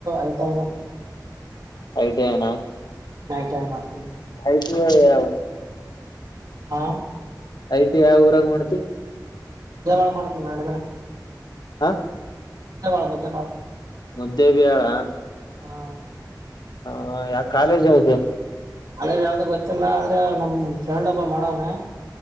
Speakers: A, on the right; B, on the left.
A: ಐ್ತವ್ನ.
B: ಐ ಟಿ ಐ ನಾ
A: ಐ ಟಿ ಐ ಮಾಡ್ತೀನಿ.
B: ಐ ಟಿ ಯಾ
A: ಹಾ
B: ಐ ಟಿ ಐ ಯಾವ ಊರಾಗ ಮಾಡ್ತಿ.
A: ದೇವಳ ಮಾಡ್ತೇನ ಮಾಡಿದ್ರಾ.
B: ಹಾ
A: <unintelligible> ಮಾಡ ಮತ್ತೆ ಮಾಡ.
B: ಮುದ್ದೆ ಬಿಹಾಳ.
A: ಹಾ
B: ಹ ಯಾ ಕಾಲೇಜ್ ಯಾವ್ದು.
A: ಅಲ್ಲೇ ಯಾವ್ದು ಗೊತ್ತಿಲ್ಲ ಆದ್ರೆ ನಮ್ ಫ್ರೆಂಡ್ ಒಬ್ಬ ಮಾಡವ್ನೆ.